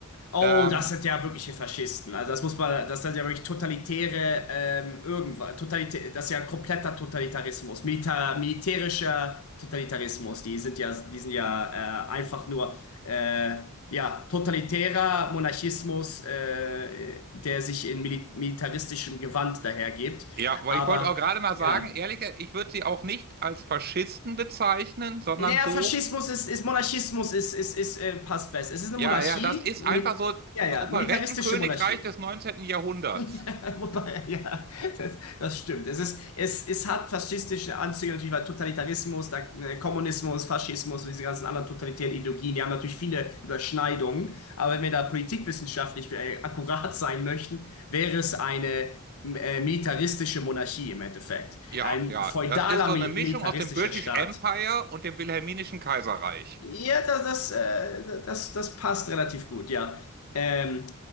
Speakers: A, on the left; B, on the right.
A: Oh,
B: Ähm,
A: das sind ja wirkliche Faschisten. Also das muss man, das sind ja wirklich totalitäre, ähm, irgendwas, totalitä das ist ja ein kompletter Totalitarismus, Milita militärischer Totalitarismus. Die sind ja, die sind ja äh, einfach nur, äh, ja, totalitärer Monarchismus, äh, der sich in mili militaristischem Gewand dahergibt.
B: ja, aber
A: Aber
B: ich wollte auch gerade mal
A: ja.
B: sagen, ehrlich, ich würde sie auch nicht als Faschisten bezeichnen, sondern
A: Naja,
B: so,
A: Faschismus ist, ist Monarchismus ist, ist, ist, äh, passt besser. Es ist eine
B: ja,
A: Monarchie,
B: ja, das ist
A: Mil
B: einfach so
A: ja,
B: ein
A: ja,
B: Operettenkönigreich
A: militaristische Monarchie.
B: des 19. Jahrhunderts.
A: <laughs> Ja, wobei, ja, das, das stimmt. Es ist, es, es hat faschistische Anzüge natürlich, weil Totalitarismus, da, äh, Kommunismus, Faschismus und diese ganzen anderen totalitären Ideologien, die haben natürlich viele Überschneidungen. Aber wenn wir da politikwissenschaftlich äh, akkurat sein möchten, wäre es eine äh, militaristische Monarchie im Endeffekt.
B: Ja,
A: Ein
B: ja,
A: feudaler
B: das ist so
A: mil
B: eine Mischung
A: militaristischer
B: aus dem British
A: Staat.
B: Empire und dem Wilhelminischen Kaiserreich.
A: Ja, das, das, äh, das, das passt relativ gut, ja. Ähm,